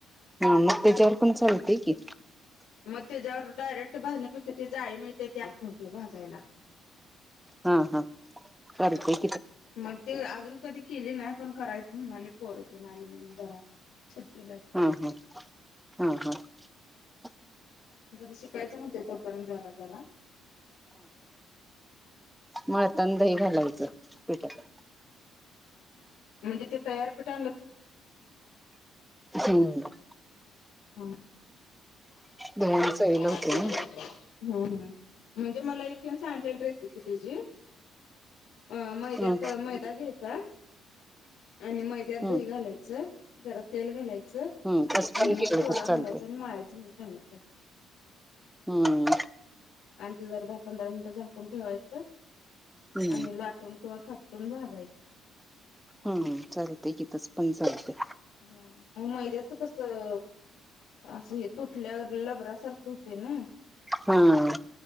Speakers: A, in the centre; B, on the left.
A: हा मग त्याच्यावर पण चालतेय की
B: मग त्याच्यावर डायरेक्ट भाजण्यापेक्षा ती जाळी मिळते त्याच आणतो भाजायला
A: हा हा चालतंय
B: मग ते अजून कधी केले नाही पण करायच म्हणाले पोर तेन आली की जरा सुट्टीला
A: हम्म हम्म हम्म हम्
B: जरा शिकायचं म्हनतोय तोपर्यंत जरा जरा
A: माळतान दही घालायचं पिठात
B: म्हणजे ते तयार पीठ आणलं
A: हम्म
B: <unintelligible>
A: धुवून चवीला
B: हम्
A: होते ना
B: हम् म्हणजे मला एकजण सांगितलेल रेसिपी तेची अ मैद्यात
A: हम्म
B: मैदा घ्यायचा आणि मैद्यात
A: हम्म
B: दही घालायचं जरा तेल घालायचं
A: हम्म तसं
B: आणि
A: पण केलं
B: सोडा
A: तर
B: घालायचं
A: चालते
B: आणि मळायचं म्हणून सांगित
A: हम्म
B: आणि ते जर दहा पंधरा मिनिटं झाकून ठेवायचं
A: हम्म
B: आणि लाटून <unintelligible> थापटून भाजायचे
A: हम चालते की तसं पण चालते
B: हा मग मैद्याचं कसं असं हे तुटल्यावर लबरासारखं हुतय नाही
A: हम्म